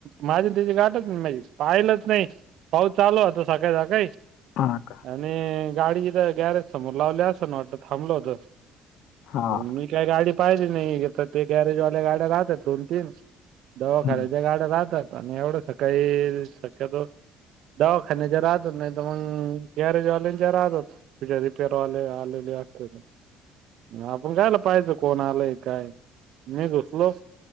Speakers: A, on the right; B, on the left.
A: माझी अन् त्याची गाठच नाही, पाहिलंच नाही पाऊस चालू होता. सकाळी सकाळी
B: हा का
A: आणि गाडीच काय गॅरेज समोर लावल्या असं ना वाटत थांबलं होतं
B: हा
A: अन मी काय गाडी पाहिजली नाही तर ते गॅरेजवाल्या गाड्या राहात्यात दोन तीन दवाखाण्याच्या
B: हम्म,
A: गाड्या राहतात आणि एवढं सकाळी शक्यतो दवाखान्याच्या राहत होत नाही तर मग गॅरेजवाल्यांच्या राहतात तुझे अधिकेर आले आलेले असत. आपण कायला पाहिजं कोणा आलंय काय मी घुसलो